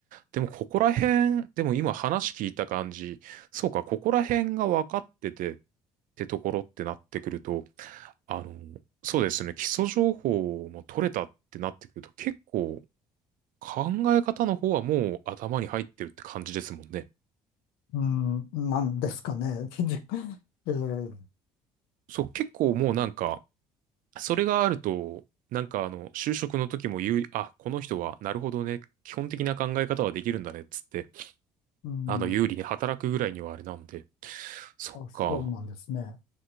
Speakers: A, on the right; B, on the left.
A: でも、ここら辺、でも今話聞いた感じ、そうか、ここら辺が分かっててってところってなってくると、あの、そうですね、基礎情報も取れたってなってくると、結構、考え方の方はもう頭に入ってるって感じですもんね。
B: うん。なんですかね。<laughs> えー、
A: そう、結構もうなんか、それがあると、なんかあの、就職の時も有利、あ、この人は、なるほどね、基本的な考え方はできるんだね、っつって、
B: うん。
A: あの、有利に働くぐらいにはあれなんで、そっか、
B: あ、そうなんですね。